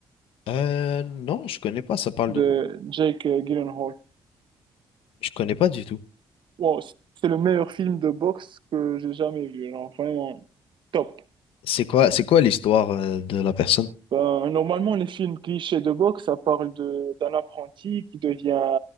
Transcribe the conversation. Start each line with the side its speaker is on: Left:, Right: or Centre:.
Left: Euh, non, je connais pas, ça parle
Right: de
Left: de quoi?
Right: Jake euh, Gyllenhaal.
Left: Je connais pas du tout.
Right: Wow, c'est le meilleur film de boxe que j'ai jamais vu, genre vraiment top.
Left: C'est quoi, c'est quoi l'histoire, euh, de la personne?
Right: Ben, normalement, les films clichés de boxe, ça parle de d'un apprenti qui devient,